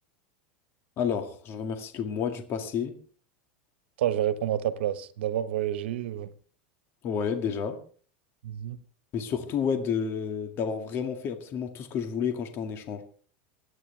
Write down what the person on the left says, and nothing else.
Alors, je remercie le moi du passé.
Ouais, déjà.
Mais surtout, ouais, de d'avoir vraiment fait absolument tout ce que je voulais quand j'étais en échange.